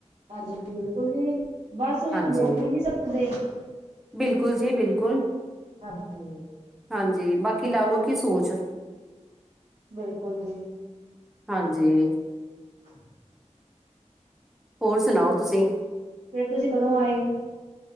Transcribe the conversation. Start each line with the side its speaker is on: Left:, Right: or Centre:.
Right: ਹਾਂਜੀ ਬਿਲਕੁਲ ਜੀ ਬਸ ਉਹੀ
Centre: ਹਾਂਜੀ
Right: ਬੋਲ ਹੀ ਨੀ ਸਕਦੇ।
Centre: ਬਿਲਕੁਲ ਜੀ ਬਿਲਕੁਲ।
Right: ਹਾਂਜੀ।
Centre: ਹਾਂਜੀ ਬਾਕੀ ਲਾ ਲੋ ਕੀ ਸੋਚ।
Right: ਬਿਲਕੁਲ ਜੀ।
Centre: ਹਾਂਜੀ।
Right: <inaudible>
Centre: ਹੋਰ ਸੁਨਾਓ ਤੁਸੀਂ।
Right: ਫੇਰ ਤੁਸੀਂ ਕਦੋਂ ਆਏ?